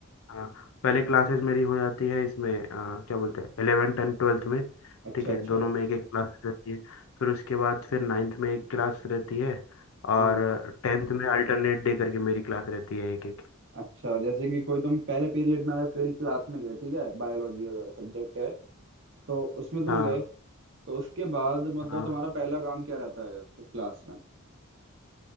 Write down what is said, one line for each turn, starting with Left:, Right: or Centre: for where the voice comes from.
Left: हाँ पहले क्लासेस मेरी हो जाती है इसमें आ, क्या बोलते हैं एलेवन टेन ट्वेल्थ में
Right: अच्छा
Left: ठीक है
Right: अच्छा
Left: दोनों में एक एक क्लास रहती है फिर उसके बाद फिर नाइन्थ में एक क्लास रहती है और
Right: हाँ
Left: टेंथ में अल्टरनेट डे करके मेरी क्लास रहती है एक एक
Right: अच्छा जैसे कि कोई तुम पहले पीरियड में अगर कोई क्लास में गए ठीक है बायोलॉजी सब्जेक्ट है तो उसमें तुम
Left: हाँ
Right: गए तो उसके बाद मतलब
Left: हाँ
Right: तुम्हारा पहला काम क्या रहता है उस क्लास में